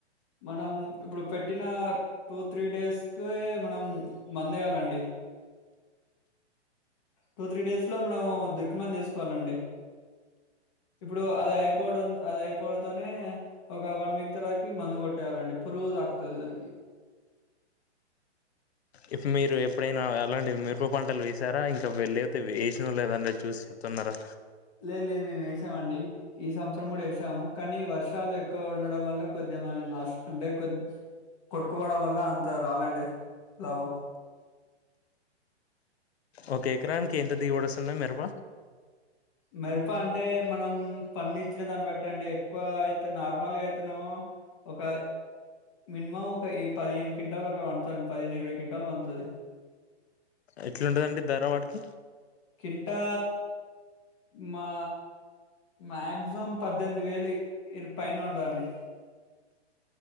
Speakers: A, on the left (about 25°); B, on the left (about 65°).
A: మనం ఇప్పుడు పెట్ పెట్టిన టూ త్రీ డేస్ క మనం మందేయాలండి టూ త్రీ డేస్ లో మనం దుకుమందు వేస్కోవాలండి ఇప్పుడు అది అయిపోవడం అది అయిపోవడతోనే ఒక వన్ వీక్ తరవాత మందు కొట్టేయాలండి పురుగు తాకుతుంది దానికి
B: ఇప్పుడు మీరు ఎప్పుడైనా అలాంటి మిరపు పంటలు వేసారా ఇంకాళ్ లేకపోతే వేసినా లేదన్న చూసి చెప్తున్నారా
A: లే లే మేమువేస్ వేసామండి ఈ సంవత్సరం కూడా వేసాము కానీ వర్షాలు ఎక్కువ ఉండడం వల్ల కొద్దిమరి నస్ అంటే కొంచ కొట్టుకోవడం వల్ల అంత రాలండి లాభం
B: ఓకే ఎకరానికి ఎంత దిగడు వస్తుంది మిరప
A: మిరప అంటే మనం పండిచ్చిన దాన్ని బట్టి అండి ఎక్కువ అయితే నార్మల్గా అయితేనేమో ఒక మినిమం ఒక ఈ పదిహేను క్వింటాలు అట్లా పండుతాది పదిహేను ఇరవై క్వింటాలు పండుతాది
B: ఎట్లాంటాది ధర వాటికి
A: కింటా మా మక్సిమమ్ పద్దెనిమిది వేలు ఇ పైన ఉంటుందండి